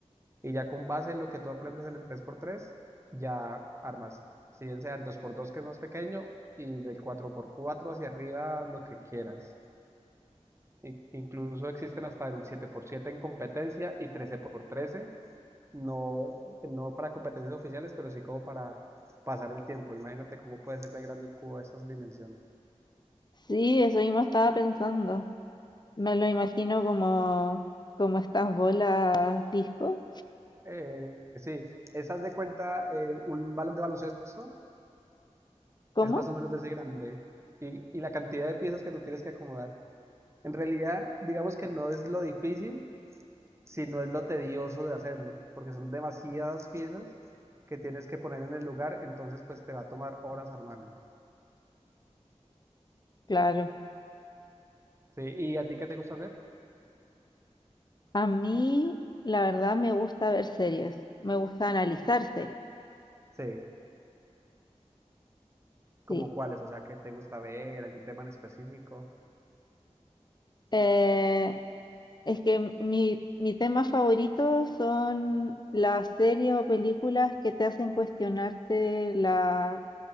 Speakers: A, on the right; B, on the left.
A: y ya con base en lo que tú aprendes en el tres por tres ya armas, si bien sea el dos por dos que es más pequeño y del cuatro por cuatro hacia arriba lo que quieras. In- Incluso existen hasta el siete por siete en competencia y trece por trece no, no para competencias oficiales, pero sí como para pasar el tiempo. Imagínate cómo puede ser de grande un cubo de estas dimensiones.
B: Sí, eso mismo estaba pensando. Me lo imagino como, como estas bolas disco.
A: Eh, sí, esas de cuenta, eh, un balón de baloncesto
B: ¿Cómo?
A: es más o menos de ese grande y, y la cantidad de piezas que tú tienes que acomodar En realidad, digamos que no es lo difícil, sino es lo tedioso de hacerlo, porque son demasiadas piezas que tienes que poner en el lugar, entonces pues te va a tomar horas armarlo.
B: Claro.
A: Sí, ¿y a ti qué te gusta hacer?
B: A mí, la verdad, me gusta ver series. Me gusta analizar series.
A: Sí, como
B: Sí.
A: cuáles, o sea, qué te gusta ver, algún tema en específico.
B: Eh, es que m- mi, mi tema favorito son las series o películas que te hacen cuestionarte la